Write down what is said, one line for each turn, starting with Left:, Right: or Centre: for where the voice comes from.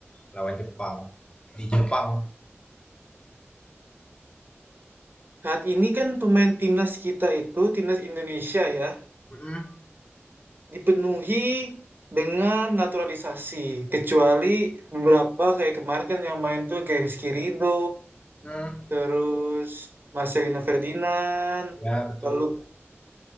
Left: lawan Jepang di Jepang.
Right: Saat ini kan pemain timnas kita itu timnas Indonesia ya
Left: Mhm.
Right: dipenuhi dengan naturalisasi kecuali beberapa kayak kemarin kan yang main tuh kayak Rizky Ridho,
Left: Mhm.
Right: terus Marcelino Ferdinand,
Left: Ya, betul.
Right: lalu